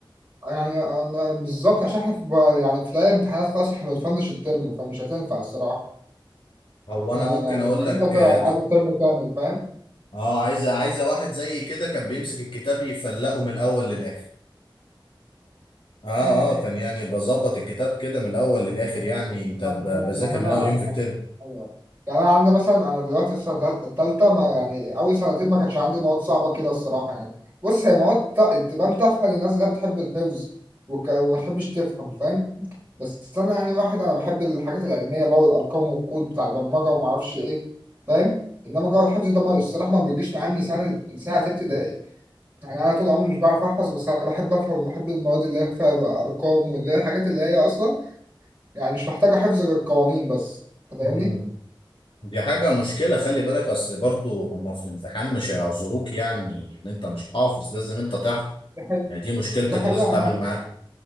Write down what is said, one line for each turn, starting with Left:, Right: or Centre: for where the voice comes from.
Right: يعني أنا- بالظبط عشان احنا في يعني في ليالي الامتحانات خلاص احنا بنفنش الترم فمش هتنفع الصراحه
Left: هو
Right: احنا
Left: أنا ممكن
Right: يعني
Left: أقول
Right: الترم
Left: لك
Right: ده
Left: اه
Right: قاعد
Left: ط-
Right: الترم كامل فاهم
Left: آه، عايزة عايزة واحد زي كده كان بيمسك الكتاب يفلقه من الأول للآخر اه
Right: <laughs>
Left: اه كان يعني بظبط الكتاب كده من الأول للآخر يعني أنت
Right: يعني
Left: ب-
Right: انا
Left: بذاكر
Right: يعني انا
Left: من أول يوم في الترم
Right: ايوه يعني انا عندي مثلا انا دلوقتي السنه الثالثه ما يعني اول سنتين ما كانش عندي مواد صعبه كده الصراحه يعني بص هي مواد ت- تبان تافهه للناس اللي هي بتحب الحفظ وك... وما تحبش تفهم فاهم بس انا يعني واحد انا بحب الحاجات العلميه بقى والارقام والكود بتاع البرمجه وما اعرفش ايه فاهم انما جو الحفظ ده ما الصراحه ما بيجيش معايا من سنه من ساعه ابتدائي يعني انا طول عمري مش بعرف احفظ بس انا بحب افهم وبحب المواد اللي هي فيها بقى ارقام واللي هي الحاجات اللي هي اصلا يعني مش محتاجة حفظ غير القوانين بس انت فاهمني؟
Left: مم. دي حاجة مشكلة خلي بالك أصل برضو هما في الامتحان مش هيعذروك يعني إن أنت مش حافظ لازم أنت تحفظ
Right: ده حقيقي
Left: يعني دي مشكلتك
Right: دي حقيقة
Left: ولازم تتعامل
Right: يعني
Left: معاها